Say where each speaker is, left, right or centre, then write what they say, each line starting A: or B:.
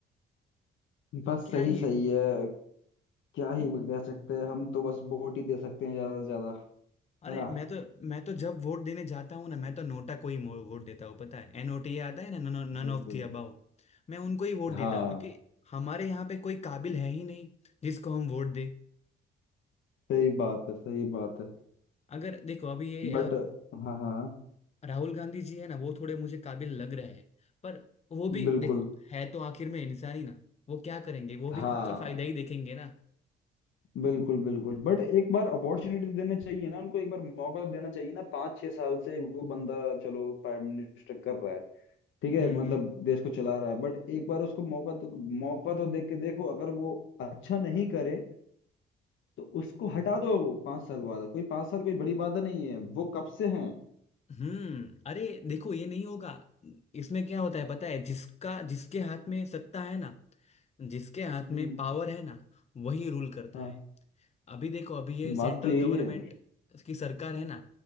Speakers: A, on the left (about 75°); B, on the left (about 35°).
A: बस
B: क्या
A: सही
B: ही
A: सही है क्या ही कह सकते हैं हम तो बस वोट ही दे सकते हैं ज्यादा से ज्यादा
B: अरे
A: है ना
B: मैं तो मैं तो जब वोट देने जाता हूँ ना मैं तो नोटा को ही मो- वोट देता हूँ पता है एनओटीए आता है ना नन
A: बिल्कुल
B: ऑफ दी अबाव मैं उनको ही वोट देता
A: हाँ
B: हूँ क्योंकि हमारे यहाँ पे कोई काबिल है ही नहीं जिसको हम वोट दे
A: सही बात है सही बात है
B: अगर देखो अभी ये
A: बट हाँ हाँ
B: राहुल गांधी जी है ना वो थोड़े मुझे काबिल लग रहे हैं पर वो भी
A: बिल्कुल
B: देखो है तो आखिर में इंसान ही ना वो क्या करेंगे वो भी
A: हाँ
B: खुद का फायदा ही देखेंगे ना
A: बिल्कुल बिल्कुल बट एक बार अपॉर्चुनिटी देना चाहिए ना उनको एक बार मौका तो देना चाहिए ना पाँच छह साल से वो बंदा चलो प्राइम मिनिस्टर कर रहा है ठीक है
B: हम्म
A: मतलब
B: हम्म
A: देश को चला रहा है बट एक बार उसको मौका तो मौका तो दे के देखो अगर वो अच्छा नहीं करे तो उसको हटा दो पांच साल बाद कोई पांच साल कोई बड़ी बात नहीं है वो कब से हैं
B: हम्म अरे देखो ये नहीं होगा इसमें क्या होता है पता है जिसका जिसके हाथ में सत्ता है ना जिसके हाथ
A: हम्म
B: में पावर है ना वही रूल करता
A: हाँ
B: है अभी देखो अभी ये सेंट्रल
A: बात तो यही
B: गवर्नमेंट
A: है
B: की सरकार है ना